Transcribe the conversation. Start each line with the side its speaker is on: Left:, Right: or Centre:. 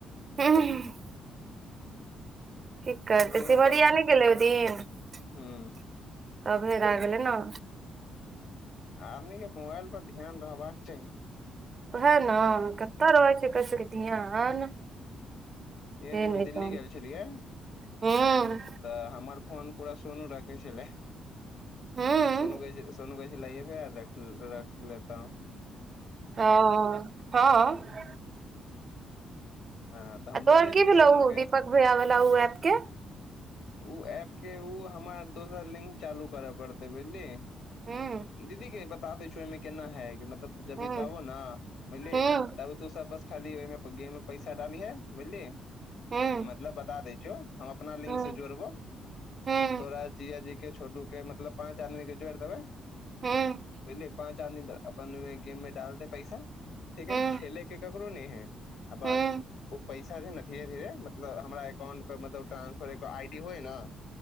Right: <unintelligible> की करतै
Left: नहि हम
Right: सिमरिया
Left: बड
Right: नैय गेलै ओय दिन तबे
Left: ह
Right: हेरा गेलै नऽ
Left: आदमी कऽ मोबाइल पर ध्यान रहबाक चाहि
Right: ओहे नऽ कतऽ रहै छै एकर सब के ध्यान
Left: इहे
Right: से
Left: जे हम
Right: नय
Left: दिल्ली
Right: जान
Left: गेल छलियै
Right: हूँ
Left: तऽ हमर फोन पूरा सोनू राखय छैला
Right: हूँ हँ
Left: सोनू कहै छै सोनू कहै छैला <unintelligible> रख रख लेता हू
Right: हँ हाँ
Left: हँ तऽ हम
Right: आ तोहर
Left: दऽ दै
Right: की
Left: छलियै
Right: भेलौ
Left: सोनू
Right: उऽ
Left: के
Right: दीपक भैया वाला उऽ ऐप के
Left: उऽ एप के उऽ हमरा दोसर लिंक चालू करऽ पड़तै बुझलि
Right: हुँ
Left: दीदी गे बता दै छियो एहिहिमे केना है मतलब जब
Right: हूँ
Left: भी कहबो नऽ बुझलिी
Right: हूँ
Left: ताबे तू सब बस खाली ओहिमे गेम मऽ पैसा डाली है बुझली
Right: हूँ
Left: मतलब बता दै छियौ हम अपना लिंक
Right: हूँ
Left: से जोड़बौ
Right: हूँ
Left: तोरा जीजाजी के छोटू के मतलब पाँच आदमी के जोड़ी देबै
Right: हूँ
Left: बुझलियै पाँच आदमी के अपन गेम में डाल तऽ पैसा ठीक है
Right: हूँ
Left: खेले के ककरो नहि है आ बस
Right: हूँ
Left: ओ पैसा जे नऽ धीरे धीरे मतलब हमरा अकाउंट पर मतलब ट्रांसफर एगो आई डी होइ नऽ